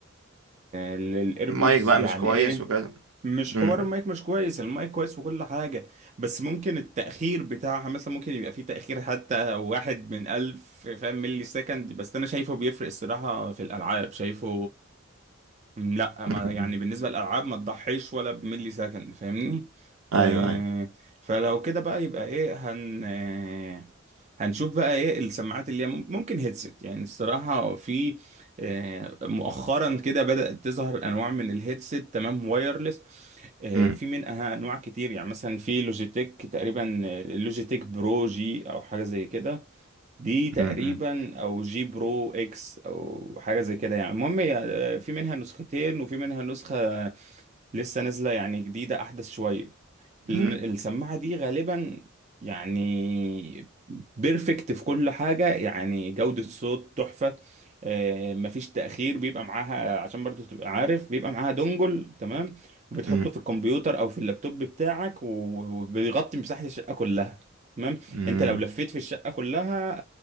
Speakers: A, on the right; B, on the right.
A: الايربودز
B: المايك بقى
A: يعني
B: مش كويس
A: ايه
B: وكده
A: مش
B: مم.
A: حوار المايك مش كويس المايك كويس وكل حاجة بس ممكن التأخير بتاعها مثلا ممكن يبقى فيه تأخير حتى واحد من ألف فاهم ملي سكند بس أنا شايفه بيفرق الصراحة في الألعاب شايفه م، لا ما
B: مم.
A: يعني بالنسبة للألعاب ما تضحيش ولا بملي سكند فاهمني
B: ايوه
A: آه
B: ايوه
A: فلو كده بقى يبقى ايه هن آه هنشوف بقى ايه السماعات اللي هي مم- ممكن هيدسيت يعني الصراحة في آه، مؤخرا كده بدأت تظهر انواع من الهيدسيت تمام وايرلس آه،
B: مم.
A: في منها انواع كتير يعني مثلا في لوجيتك تقريبا آه، لوجيتك برو جي او حاجه زي كده دي تقريبا
B: مم.
A: او جي برو اكس او حاجه زي كده يعني المهم هي، آه، في منها نسختين وفي منها نسخه لسه نازله يعني جديده احدث شويه لأن
B: مم.
A: السماعة دي غالبا يعني بيرفكت في كل حاجة يعني جودة صوت تحفة آه، مفيش تأخير بيبقى معاها عشان برضو تبقى عارف بيبقى معاها دونجل تمام وبتحطه
B: مم.
A: في الكمبيوتر أو في اللابتوب بتاعك و- وبيغطي مساحة الشقة كلها تمام
B: مم.
A: انت لو لفيت في الشقة كلها